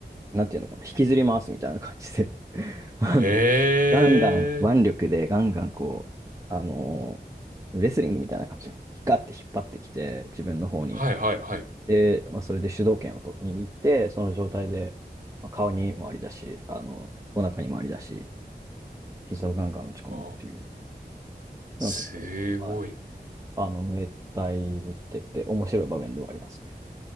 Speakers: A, on the right; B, on the right.
A: なんていうのかな、引きずり回すみたいな感じで <laughs> あの、
B: ええ
A: ガンガン腕力でガンガンこう、あのーレスリングみたいな感じで、ヒカって引っ張ってきて、自分の方に。
B: はいはいはい。
A: で、まあ、それで主導権をと握って、その状態で、まあ、顔に回りだし、あの、お腹に回りだし、膝をガンガン打ち込むっていう、
B: あ、すごい。
A: なんかこう、はい、あの、ムエタイ見てて面白い場面ではあります。